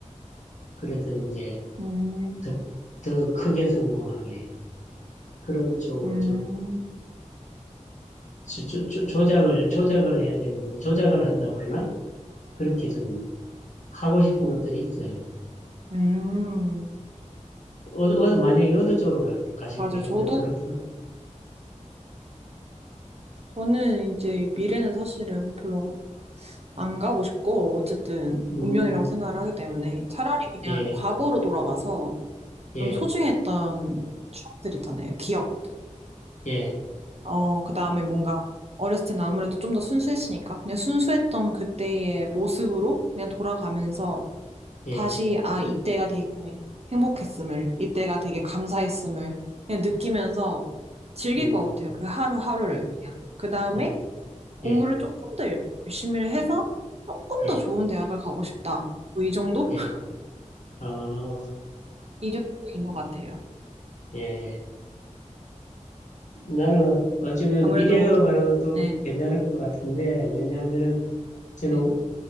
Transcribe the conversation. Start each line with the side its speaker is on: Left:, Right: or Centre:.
Left: 그래서 이제
Right: 음,
Left: 더, 더 크게 성공하게. 그런 쪽으로
Right: 음,
Left: 좀 조, 조, 조- 조작을, 조작을 해야 되는, 뭐 조작을 한다 그러나? 그렇게 좀 하고 싶은 것들이 있어요.
Right: 음.
Left: 어, 어, 만약에 어느 쪽으로 갈- 가실
Right: 맞아요.
Left: 거예요?
Right: 저도,
Left: 만약에 그렇다면,
Right: 저는 이제 미래는 사실은 별로 안 가고 싶고, 어쨌든
Left: 음,
Right: 운명이라고 생각을 하기 때문에 차라리 그냥
Left: 예,
Right: 과거로 돌아가서
Left: 예,
Right: 좀 소중했던 추억들 있잖아요. 기억들.
Left: 예,
Right: 어, 그 다음에 뭔가 어렸을 때는 아무래도 좀 더 순수했으니까 그냥 순수했던 그때의 모습으로 그냥 돌아가면서
Left: 예,
Right: 다시 아, 이때가 되게 행복했음을, 이때가 되게 감사했음을 그냥 느끼면서 즐길
Left: 음,
Right: 것 같아요. 그 하루하루를 그냥. 그 다음에
Left: 어,
Right: 공부를
Left: 예,
Right: 조금 더 열심히 해서 조금
Left: 예.
Right: 더 좋은 대학을 가고 싶다. 뭐이 정도?
Left: 예.
Right: <laughs>
Left: 아,
Right: 이 정도인 것 같아요.
Left: 예. 나는 어쩌면
Right: 아무래도,
Left: 미래로 가는 것도
Right: 네,
Left: 괜찮을 것 같은데, 왜냐하면은 저는
Right: 네.